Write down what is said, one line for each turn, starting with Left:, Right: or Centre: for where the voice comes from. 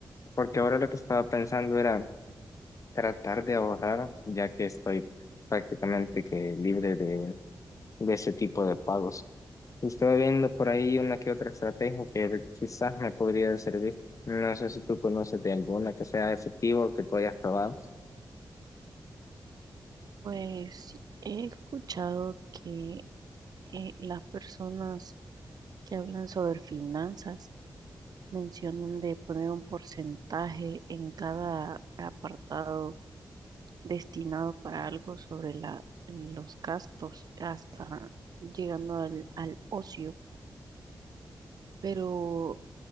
Left: Porque ahora lo que estaba pensando era tratar de ahorrar, ya que estoy prácticamente que libre de de ese tipo de pagos. Y Estoy viendo por ahí una que otra estrategia que quizás me podría servir. No sé si tú conoces de alguna que sea efectiva o que tú hayas probado.
Right: Pues he escuchado que eh, las personas que hablan sobre finanzas mencionan de poner un porcentaje en cada apartado destinado para algo sobre la, los gastos, hasta llegando al al ocio, pero